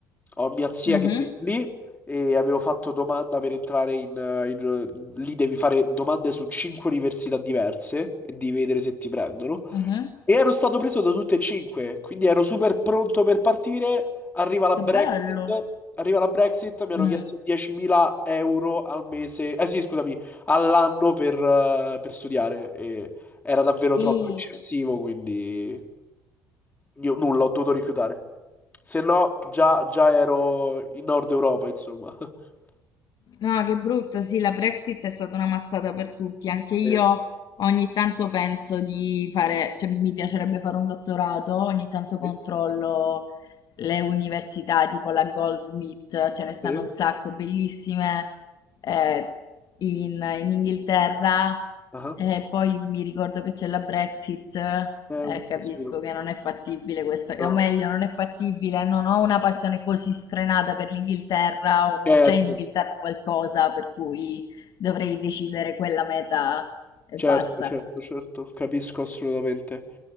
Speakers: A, on the left; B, on the left.
A: Ho mia zia
B: mhm,
A: che vive lì e avevo fatto domanda per entrare in, in- Lì devi fare domande su cinque università diverse e devi vedere se ti prendono.
B: mhm.
A: E ero stato preso da tutte e cinque, quindi ero super pronto per partire. Arriva la
B: Che
A: Brexit,
B: bello.
A: arriva la Brexit, mi hanno
B: Mm.
A: chiesto 10.000 euro al mese, eh sì, scusami, all'anno per, eh, per studiare. E era davvero troppo
B: Uh.
A: eccessivo, quindi io nulla, ho dovuto rifiutare. Se no, già, già ero in Nord Europa, insomma. <laughs>
B: Ah, che brutto, sì, la Brexit è stata una mazzata per tutti. Anche io
A: Eh,
B: ogni tanto penso di fare, cioè mi piacerebbe fare un dottorato, ogni tanto controllo
A: eh,
B: le università tipo la Goldsmith, ce ne stanno
A: eh,
B: un sacco, bellissime, eh, in, in Inghilterra.
A: ah,
B: E poi mi ricordo che c'è la Brexit, eh,
A: È un
B: capisco
A: casino.
B: che non è fattibile questa,
A: No,
B: o meglio, non è fattibile, non ho una passione così sfrenata per l'Inghilterra o non
A: Certo,
B: c'è in Inghilterra qualcosa per cui dovrei decidere quella meta e
A: certo,
B: basta.
A: certo,
B: A
A: certo, capisco assolutamente.